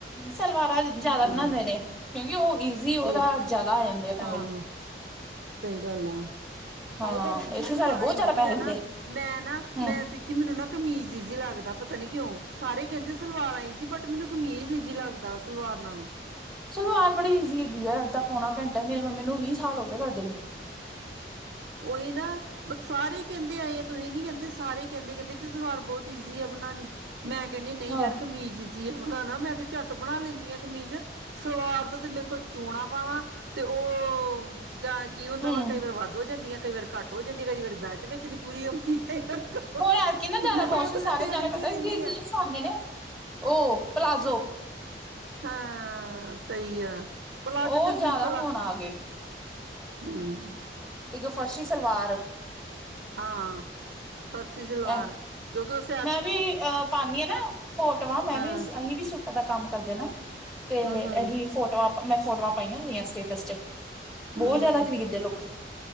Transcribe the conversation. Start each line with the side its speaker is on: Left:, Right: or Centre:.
Centre: ਸਲਵਾਰ ਜਿਆਦਾ
Right: ਠੀਕ
Centre: ਬਣਾਉਂਦੇ ਨੇ। ਕਿਉਂਕਿ ਉਹ ਈਜ਼ੀ ਉਹਦਾ
Right: ਠੀਕ
Centre: ਜਿਆਦਾ ਆ ਜਾਂਦੇ ਆ ਪੈਸੇ।
Right: ਹਾਂ ਹਾਂ ਸਹੀ ਗੱਲ ਆ।
Centre: ਹਾਂ
Right: ਹਾਏ ਪਰ ਦੀਦੀ
Centre: ਇਥੇ
Right: ਸਲਵਾਰਾਂ
Centre: ਸਾਡੇ ਬਹੁਤ
Right: ਈਜ਼ੀ
Centre: ਜ਼ਿਆਦਾ ਪੈਸੇ
Right: ਆ ਨਾ
Centre: ਹੁੰਦੇ
Right: ਮੈਂ ਨਾ
Centre: ਹੂੰ।
Right: ਮੈਂ ਸਿੱਖੀ ਮੈਨੂੰ ਨਾ ਕਮੀਜ਼ ਈਜ਼ੀ ਲੱਗਦਾ। ਪਤਾ ਨਹੀਂ ਕਿਉਂ ਸਾਰੇ ਕਹਿੰਦੇ ਸਲਵਾਰਾਂ ਇਜ਼ੀ ਬਟ ਮੈਨੂੰ ਕਮੀਜ਼ ਇਜ਼ੀ ਲੱਗਦਾ ਸਲਵਾਰ ਨਾਲੋਂ।
Centre: ਸਲਵਾਰ ਬੜੀ ਈਜ਼ੀ ਹੈਗੀ ਆ। ਅੱਧਾ ਪੌਣਾ ਘੰਟਾ ਮੇਰੇ ਮੰਮੀ ਨੂੰ ਵੀਹ ਸਾਲ ਹੋ ਗਿਆ ਕਰਦੇ ਨੇ।
Right: ਉਹੀ ਨਾ ਬ ਸਾਰੇ ਕਹਿੰਦੇ ਆਏ ਤੁਸੀਂ ਨਹੀਂ ਕਹਿੰਦੇ ਸਾਰੇ ਕਹਿੰਦੇ ਕਹਿੰਦੇ ਕਿ ਸਲਵਾਰ ਬਹੁਤ ਈਜ਼ੀ ਆ ਬਣਾਉਣੀ। ਮੈਂ ਕਹਿੰਨੀ ਨਹੀਂ
Centre: ਹਾਂ
Right: ਯਾਰ ਕਮੀਜ਼ ਈਜ਼ੀ ਹੈ ਬਣਾਉਣਾ ਮੈਂ ਤੇ ਝੱਟ ਬਣਾ ਲੈਂਦੀ ਆ ਕਮੀਜ਼ ਸਲਵਾਰ ਤੋਂ ਤੇ ਮੇਰੇ ਕੋਲ ਚੋਣਾਂ ਪਾਵਾਂ। ਤੇ ਉਹ ਜਾਂ ਕੀ ਹੁੰਦਾ
Centre: ਹੂੰ
Right: ਵਾ ਕਈ ਵਾਰ ਵੱਧ ਜਾਂਦੀਆਂ ਕਈ ਵਾਰ ਘੱਟ ਹੋ ਜਾਂਦੀਆਂ। ਕਈ ਵਾਰ ਬੈਲਟ ਵਿੱਚ ਨਹੀਂ ਪੂਰੀ ਆਉਂਦੀ। ਕਈ ਵਾਰ
Centre: ਹੁਣ ਐ ਕੀ ਨਾ ਜਿਆਦਾ
Right: ਮੈਂ
Centre: ਮੌਸਮ
Right: ਉਹ ਤੇ ਮੈਂ
Centre: ਸਾਰੇ
Right: ਦੇੜਨ
Centre: ਜਾਣੇ
Right: ਚ ਹੀ
Centre: ਪਤਾ
Right: ਰਹਿੰਦੀ
Centre: ਜ
Right: ਹਾਂ
Centre: ਸਾਨੇ ਨੇ ਉਹ ਪਲਾਜ਼ੋ।
Right: ਹਾਂ। ਸਹੀ ਆ ਪਲਾਜ਼ੋ
Centre: ਉਹ
Right: ਤੇ ਸਿੰਪਲ
Centre: ਜ਼ਿਆਦਾ
Right: ਆ।
Centre: ਹੁਣ ਗਏ
Right: ਹਾਂ
Centre: ਇੱਕ ਫਰਸ਼ੀ ਸਲਵਾਰ
Right: ਹਾਂ ਫਰਸ਼ੀ ਸਲਵਾਰ
Centre: ਐ
Right: ਜੋ ਕਿ ਉਸ
Centre: ਮੈਂ ਵੀ ਅਹ ਪਾਦੀ ਹ ਨਾ ਫੋਟੋਆਂ ਮੈਂ
Right: ਹਾਂ
Centre: ਵੀ ਅਸੀਂ ਵੀ ਪਤਾ ਕੰਮ ਕਰਦੇ ਨਾ ਤੇ
Right: ਹੂੰ ਹੂੰ
Centre: ਅਸੀ ਫੋਟੋਆਂ ਮੈਂ ਫੋਟੋਆਂ ਪਾਈਆਂ ਹੁੰਦੀਆਂ ਸਟੇਟਸ ਚੈੱਕ
Right: ਹੂੰ
Centre: ਬਹੁਤ ਜਿਆਦਾ
Right: ਹੂੰ
Centre: ਖ਼ਰੀਦਦੇ ਲੋਕੀ